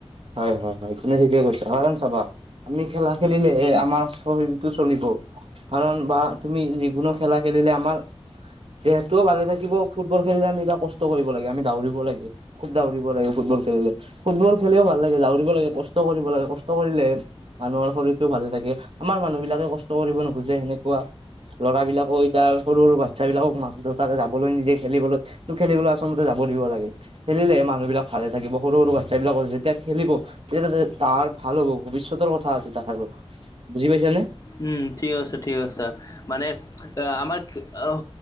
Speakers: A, on the right (about 60°); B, on the left (about 30°).
A: হয় হয় হয় তুমি ঠিকে কৈছা হৰণ চাবা আমি খেলা খেলিলে আমাৰ শৰীৰটো চলিব। কাৰণ বা তুমি যিকোনো খেলা খেলিলে আমাৰ দেহটোও ভালে থাকিব ফুটবল খেলিলে আমি এটা কষ্ট কৰিব লাগে আমি দাউৰিব লাগে। খুব দাউৰিব লাগে ফুটবল খেলিলে, ফুটবল খেলিও ভাল ভাল লাগে দাউৰিব লাগে কষ্ট কৰিব লাগে কষ্ট কৰিলে মানুহৰ শৰীৰটোও ভালে থাকে আমাৰ মানুহবিলাকে কষ্ট কৰিব নোখোজে সেনেকুৱা লৰাবিলাকৈ এতিয়া সৰু সৰু বাচ্ছবিলাকক মাক-দেউতাকে যাবলৈ নিদিয়ে খেলিবলৈ। টো খেলিবলৈ আচমতে যাব দিব লাগে। খেলিলে মানুহবিলাক ভালে থাকিব, সৰু সৰু বাচ্ছাবিলাকৰ যিট তেতিয়া খেলিব তেতিয়াতে তাৰ ভাল হ'ব ভৱিষ্যতৰ কথা আছে তাহাৰো বুজি পাইছ নে?
B: উম ঠিক আছে ঠিক আছে মানে আমাক আহও